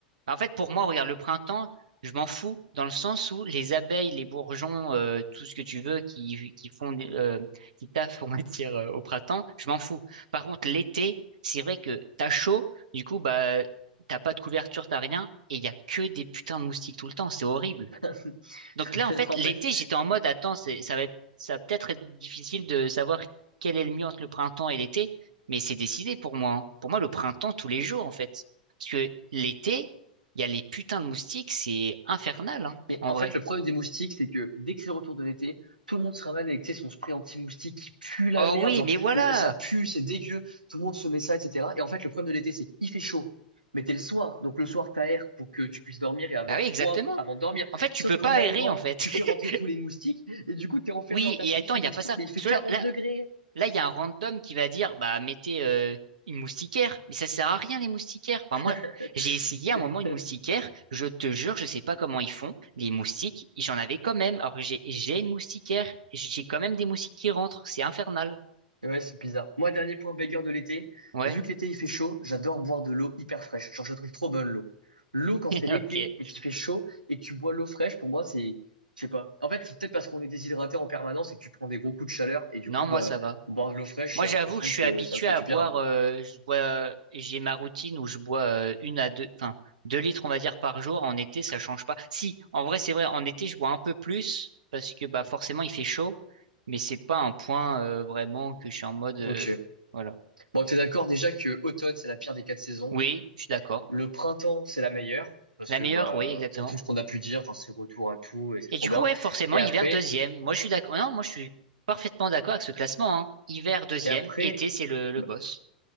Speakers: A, on the right; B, on the right.
A: Bah, En fait, pour moi, regarde, le printemps, je m'en fous dans le sens où les abeilles, les bourgeons, euh, tout ce que tu veux qui, qui font, des- euh, qui taffent, <laughs> on va dire, euh, au printemps, je m'en fous. Par contre, l'été, c'est vrai que t'as chaud, du coup, bah, t'as pas de couverture, t'as rien, et il y a que des putains de moustiques tout le temps. C'est horrible.
B: <laughs>
A: Donc là, en fait,
B: En
A: l'été,
B: fait,
A: j'étais en mode, attends, c'est, ça va être, ça va peut-être être difficile de savoir quel est le mieux entre le printemps et l'été, mais c'est décidé pour moi. hein. Pour moi, le printemps, tous les jours, en fait. Parce que l'été, il y a les putains de moustiques, c'est infernal, hein,
B: Mais
A: en
B: en
A: vrai.
B: fait, le problème des moustiques, c'est que dès que c'est le retour de l'été, tout le monde se ramène avec, tu sais, son spray anti-moustique qui pue la
A: Oh
B: merde,
A: oui,
B: genre,
A: mais voilà!
B: le- ça pue, c'est dégueu, tout le monde se met ça, etc. Et en fait, le problème de l'été, c'est qu'il fait chaud, mais t'es le soir, donc le soir, t'aères pour que tu puisses dormir et avoir
A: Bah oui, exactement.
B: froid avant de dormir.
A: En fait, tu
B: Sauf
A: peux
B: qu'en
A: pas aérer,
B: aérant,
A: en fait.
B: tu fais rentrer
A: <laughs>
B: tous les moustiques, et du coup, t'es enfermé
A: Oui,
B: dans ta
A: et
B: chambre
A: attends,
B: sans
A: il
B: moustiques,
A: n'y a pas ça.
B: mais il fait
A: Parce
B: quarante
A: que là, là,
B: degrés.
A: Là, il y a un random qui va dire, bah, mettez euh, une moustiquaire. Mais ça sert à rien, les moustiquaires. Enfin, moi,
B: <laughs>
A: j'ai essayé à un moment une moustiquaire. Je te jure, je sais pas comment ils font. Les moustiques, j'en avais quand même. Alors que j'ai, j'ai une moustiquaire. J'ai quand même des moustiques qui rentrent. C'est infernal.
B: Ouais, c'est bizarre. Moi, dernier point bagarre de l'été.
A: Ouais,
B: Vu que l'été il fait chaud, j'adore boire de l'eau hyper fraîche. Genre, je la trouve trop bonne l'eau. L'eau
A: <laughs>
B: quand c'est l'été
A: ok.
B: et qu'il fait chaud et que tu bois l'eau fraîche, pour moi, c'est, je sais pas. En fait, c'est peut-être parce qu'on est déshydraté en permanence et que tu prends des gros coups de chaleur et du
A: Non,
B: coup,
A: moi,
B: bah,
A: ça va.
B: boire de l'eau fraîche,
A: Moi,
B: j'ai
A: j'avoue
B: l'impression
A: que je suis
B: que
A: habitué
B: ça me fait
A: à
B: du
A: boire,
B: bien. Mais
A: euh, je bois, euh, j'ai ma routine où je bois euh, une à deux, enfin, deux litres, on va dire, par jour. En été, ça change pas. Si, en vrai, c'est vrai, en été, je bois un peu plus parce que, bah, forcément, il fait chaud, mais c'est pas un point euh, vraiment que je suis en mode, euh,
B: ok.
A: voilà.
B: Bon, t'es d'accord déjà que automne c'est la pire des quatre saisons.
A: Oui, je suis d'accord.
B: Le printemps c'est la meilleure parce
A: La
B: que
A: meilleure,
B: bah
A: oui, exactement.
B: pour tout ce qu'on a pu dire, genre c'est retour à tout et c'est
A: Et
B: trop
A: du
B: bien.
A: coup, ouais, forcément,
B: Et
A: hiver
B: après,
A: deuxième. Moi, je suis d'accord. Non, moi, je suis parfaitement d'accord avec ce classement, hein. Hiver deuxième,
B: et après.
A: été, c'est le, le
B: bah,
A: boss.